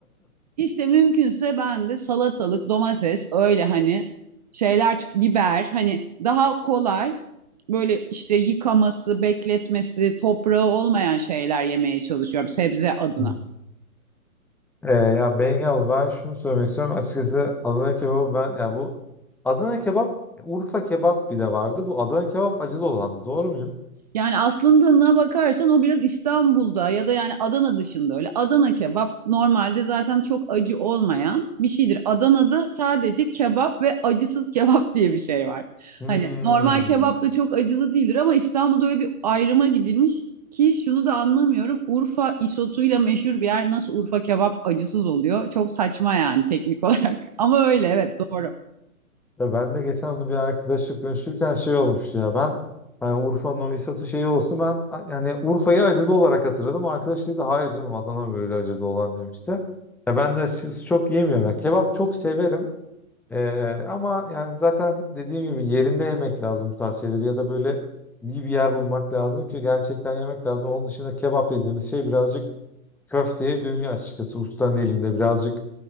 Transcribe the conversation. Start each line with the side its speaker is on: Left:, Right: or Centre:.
Right: İşte mümkünse ben de salatalık, domates öyle hani şeyler biber hani daha kolay böyle işte yıkaması, bekletmesi, toprağı olmayan şeyler yemeye çalışıyorum sebze adına.
Centre: Hmm. E, ya Bengi abla ben şunu söylemek istiyorum. Açıkçası Adana kebabı ben ya bu Adana kebap Urfa kebap bir de vardı. Bu Adana kebap acılı olandı. Doğru muyum?
Right: Yani aslında ne bakarsan o biraz İstanbul'da ya da yani Adana dışında öyle. Adana kebap normalde zaten çok acı olmayan bir şeydir. Adana'da sadece kebap ve acısız kebap diye bir şey var.
Centre: Hmm.
Right: Hani normal kebap da çok acılı değildir ama İstanbul'da öyle bir ayrıma gidilmiş ki şunu da anlamıyorum. Urfa isotuyla meşhur bir yer nasıl Urfa kebap acısız oluyor? Çok saçma yani teknik olarak. <laughs> Ama öyle evet doğru.
Centre: Ya ben de geçen onu bir arkadaşla konuşurken şey olmuştu ya ben hani Urfa'nın o İsat'ı şeyi olsun ben a- yani Urfa'yı acılı olarak hatırladım. O Arkadaş dedi hayır canım Adana böyle acılı olan demişti. Ya ben de açıkçası çok yiyemiyorum. Ya kebap çok severim. Ee, ama yani zaten dediğim gibi yerinde yemek lazım bu tarz şeyleri ya da böyle iyi bir yer bulmak lazım ki gerçekten yemek lazım. Onun dışında kebap dediğimiz şey birazcık köfteye dönüyor açıkçası ustanın elinde birazcık